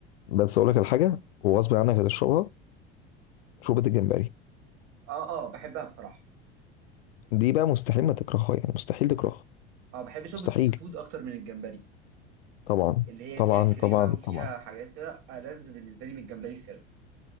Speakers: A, on the left; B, on the right.
A: بس اقول لك الحاجه وغصب عنك هتشربها شوربه الجمبري
B: اه اه بحبها بصراحه
A: دي بقى مستحيل ما تكرهها يعني مستحيل تكرهها
B: اه بحب شوربه
A: مستحيل
B: السفود اكتر من الجمبري
A: طبعا
B: اللي هي
A: طبعا
B: فيها كريمه
A: طبعا
B: وفيها
A: طبعا
B: حاجات كده ألذ بالنسبه لي من الجمبري السري